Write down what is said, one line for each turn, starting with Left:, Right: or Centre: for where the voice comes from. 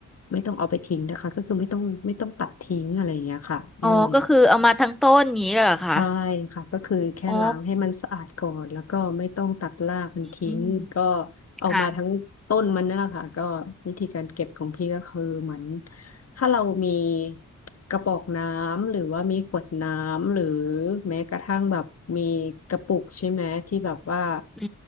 Left: ไม่ต้องเอาไปทิ้งนะคะก็คือไม่ต้องไม่ต้องตัดทิ้งอะไรอย่างเงี้ยค่ะอืม
Centre: อ๋อก็คือเอามาทั้งต้นอย่างนี้เลยเหรอคะ
Left: ใช่ค่ะก็คือแค่ล้างให้มันสะอาดก่อนแล้วก็ไม่ต้องตัดรากมันทิ้งก็
Centre: อ๋ออืม
Left: ออกมาทั้งต้นมันนั่นแหละค่ะก็วิธีการเก็บของพี่ก็คือเหมือน
Centre: ค่ะ
Left: ถ้าเรามีกระบอกน้ำหรือว่ามีขวดน้ำหรือแม้กระทั่งแบบมีกระปุกใช่ไหมที่แบบว่า
Centre: อื